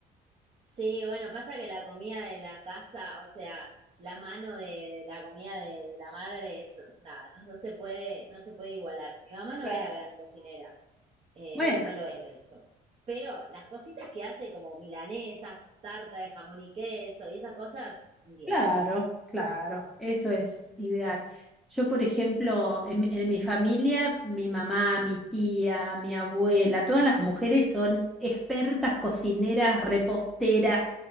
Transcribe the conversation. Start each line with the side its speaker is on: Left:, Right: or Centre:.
Right: sí, bueno, pasa que la comida de la casa, o sea, la mano de, de la comida de, de la madre es nada, no, no se puede, no se puede igualar. Mi mamá no
Centre: Claro.
Right: era gran cocinera, eh,
Centre: Bueno.
Right: no lo es de hecho. Pero las cositas que hace como milanesas, tarta de jamón y queso y esas cosas, un 10.
Centre: Claro, claro, eso es ideal. Yo, por ejemplo, en, en mi familia, mi mamá, mi tía, mi abuela, todas las mujeres son expertas cocineras, reposteras,